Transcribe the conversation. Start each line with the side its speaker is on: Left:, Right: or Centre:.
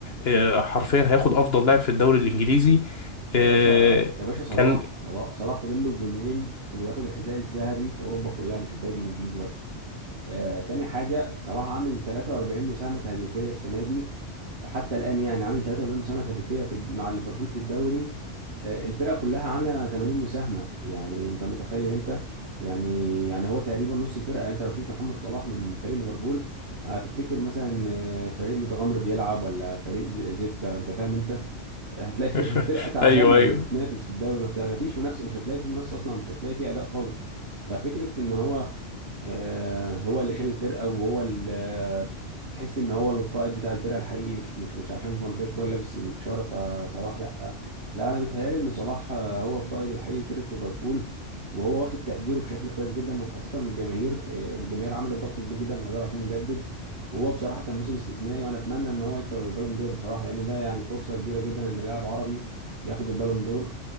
Left: آه، حرفيا هياخد أفضل لاعب في الدوري الإنجليزي
Right: يا
Left: آه،
Right: باشا يا باشا صلاح
Left: كان
Right: صلاح صلاح فاضل له جونين وياخد الحذاء الذهبي في اوروبا كلها مش الدوري الانجليزي بس آه تاني حاجه صلاح عامل 43 مساهمه هدفيه السنه دي حتى الان يعني عامل 43 مساهمه هدفيه في مع ليفربول في الدوري آه الفرقه كلها عامله 80 مساهمه يعني انت متخيل انت يعني يعني هو تقريبا نص الفرقه يعني انت لو شلت محمد صلاح من فريق ليفربول هتفتكر مثلا آه، فريق متغمر بيلعب ولا فريق ز- زفته انت فاهم انت هتلاقي فيه
Left: <laughs>
Right: <laughs> فرقه تعبانه
Left: أيوه أيوه
Right: اللي بتنافس في الدوري ما بت- ما فيش منافسه مش هتلاقي في منافسه اصلا مش هتلاقي في اداء خالص ففكره ان هو آه، هو اللي شال الفرقه وهو اللي تحس ان هو القائد بتاع الفرقه الحقيقي مش مش مش عشان فان دايك هو اللي لابس الشاره فصلاح لا لا انا بيتهيالي ان صلاح آه، هو القائد الحقيقي لفرقه ليفربول وهو واخد تقديره بشكل كويس جدا وخاصه من الجماهير آه، الجماهير عملت ضغط كبير جدا على دول عشان يجدد وهو بصراحه كان موسم استثنائي وانا اتمنى ان هو يكسب البالون دور بصراحه لان ده يعني فرصه كبيره جدا ان لاعب عربي ياخد البالون دور